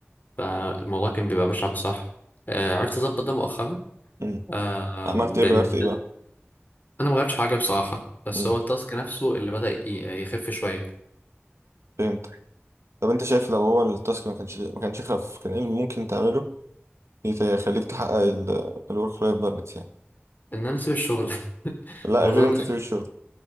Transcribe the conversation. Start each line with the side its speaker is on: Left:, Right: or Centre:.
Left: فالموضوع كان بيبقى بشع بصراحة آه، عرفت أظبط ده مؤخرا
Right: مم.
Left: آه،
Right: عملت
Left: بإن
Right: ايه غيرت ايه بقى
Left: أنا ما غيرتش حاجة بصراحة بس
Right: مم.
Left: هو التاسك نفسه اللي بدأ ي- يخف شوية
Right: فهمت طب انت شايف لو هو التاسك ما كانش ما كانش خف كان ايه اللي ممكن تعمله يت- يخليك تحقق الورك لايف بالانس يعني
Left: إن أنا أسيب الشغل <laughs>
Right: لا
Left: ما
Right: غير
Left: أظنش
Right: انت تسيب الشغل